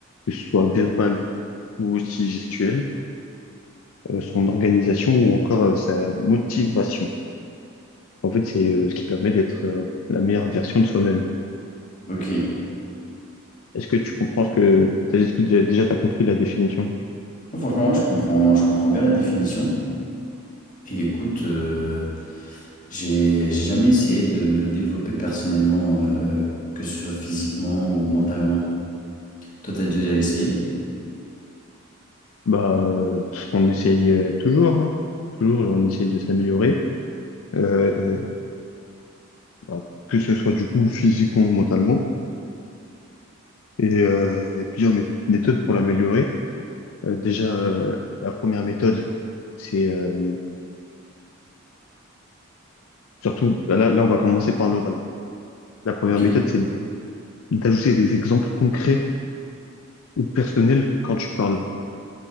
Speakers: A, on the left (about 70°); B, on the left (about 35°).
A: que ce soit verbale ou aussi gestuelle, euh, son organisation ou encore euh, sa motivation. En fait, c'est euh, ce qui permet d'être euh, la meilleure version de soi-même.
B: ok. Ouais,
A: Est-ce que tu comprends ce que t'as, est-ce que déjà, déjà t'as compris la définition?
B: franchement, ouais, je comprends, je comprends bien la définition. Et écoute, euh, j'ai j'ai jamais essayé de me développer personnellement, euh, que ce soit physiquement ou mentalement. Toi, t'as déjà essayé?
A: Bah, euh, on essaye euh, toujours, hein. Toujours, on essaye de s'améliorer. Euh, euh, bah, que ce soit du coup physiquement ou mentalement. Et euh, il y a plusieurs mé- méthodes pour l'améliorer. Euh, déjà, euh, la première méthode, c'est euh, surtout, bah, là, là, on va commencer par l'oral. La première
B: Ok.
A: méthode, c'est d'ajouter des exemples concrets ou personnels quand tu parles.